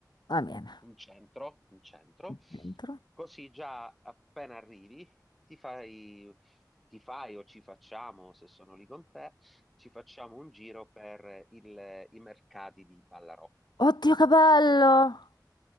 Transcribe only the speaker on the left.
va bene.
Dentro.
Oddio, che bello!